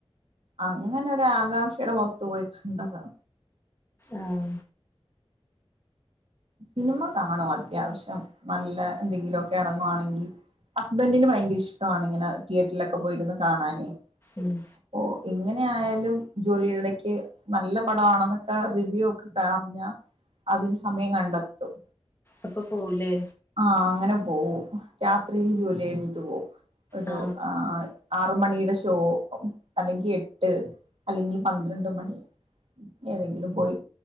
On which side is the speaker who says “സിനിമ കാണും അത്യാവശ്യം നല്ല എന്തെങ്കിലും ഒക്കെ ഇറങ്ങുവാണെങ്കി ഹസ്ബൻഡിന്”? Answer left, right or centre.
Right